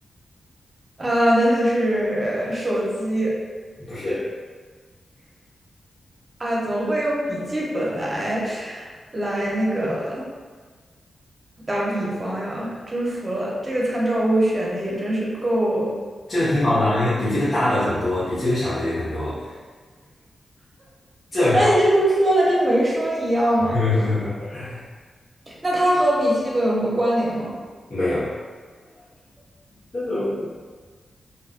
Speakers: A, on the right; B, on the left.
A: 啊，那它是手机
B: 不是，
A: 啊？怎么会用笔记本来来那个打比方呀？真服了，这个参照物选的也真是够。
B: 这个挺好的啊，因为比这个大的很多，比这个小的也很多，正好，
A: 那你这不是说了跟没说一样吗？
B: <laughs>
A: 那它和笔记本有什么关联吗？
B: 没有，这怎么会